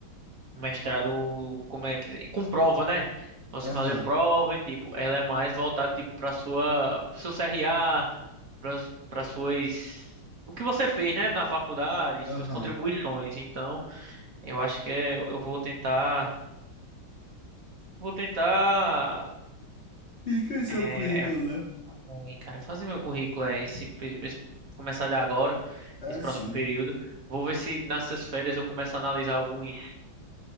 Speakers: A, on the right; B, on the left.
A: mestrado, como é que com prova, né? Você
B: Aham.
A: fazer prova e tipo, ela é mais voltada tipo para sua pro seu CRA, para para suas O que você fez, né, na faculdade,
B: Aham.
A: suas contribuições. Então, eu acho que é- eu vou tentar, vou tentar
B: Enriqueceu
A: é,
B: o currículo, né?
A: Aí, cara, fazer meu currículo aí esse, pe- esse- começar de agora,
B: Ah,
A: esse próximo
B: sim.
A: período. Vou ver se nessas férias eu começo a analisar alguns,